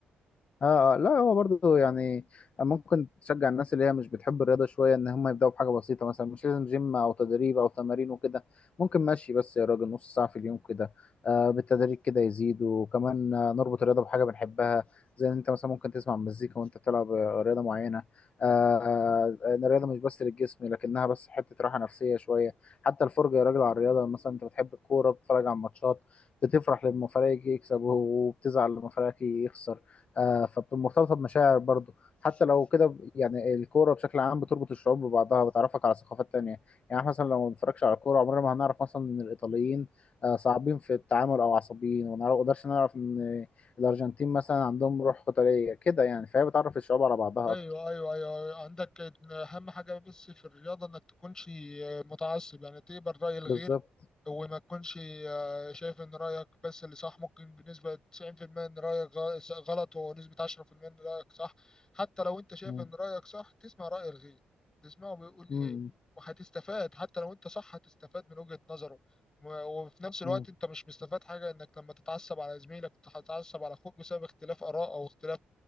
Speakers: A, on the left (about 40°); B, on the left (about 20°).
A: اه آه، لا هو برضه يعني آه، ممكن تشجع الناس اللي هي مش بتحب الرياضه شويه ان هم يبداوا بحاجه بسيطه مثلا مش لازم جيم او تدريب او تمارين وكده ممكن ماشي بس يا راجل نص ساعه في اليوم كده آه بالتدريج كده يزيد وكمان آه نربط الرياضه بحاجه بنحبها زي ان انت مثلا ممكن تسمع مزيكا وانت بتلعب آه، رياضه معينه آه آه، ان الرياضه مش بس للجسم لكنها بس حته راحه نفسيه شويه حتى الفرجه يا راجل على الرياضه مثلا انت بتحب الكوره بتتفرج على الماتشات بتفرح لما فريقك يكسب وبتزعل لما فريقك يخسر آه، فمرتبطه بمشاعر برضه حتى لو كده ب- يعني الكوره بشكل عام بتربط الشعوب ببعضها بتعرفك على ثقافات تانية يعني إحنا مثلا لو ما بنتفرجش على الكوره عمرنا ما هنعرف مثلا ان الايطاليين آه، صعبين في التعامل او عصبيين وما نقدرش نعرف ان الارجنتين مثلا عندهم روح قتاليه كده يعني فهي بتعرف الشعوب على بعضها
B: ايوه
A: اكتر
B: ايوه ايوه أيوه. عندك اهم حاجه بس في الرياضه انك تكونش آه، متعصب يعني تقبل راي الغير
A: بالظبط
B: وما تكونش آه، شايف ان رايك بس اللي صح ممكن بنسبه 90% ان رايك غ- غلط ونسبه 10% ان رايك صح حتى لو انت شايف
A: مم.
B: ان رايك صح تسمع راي الغير تسمعه بيقول
A: مم.
B: ايه وهتستفاد حتى لو انت صح هتستفاد من وجهه نظره و- وفي نفس الوقت
A: مم.
B: انت مش مستفاد حاجه انك لما تتعصب على زميلك تتعصب على اخوك بسبب اختلاف اراء او اختلاف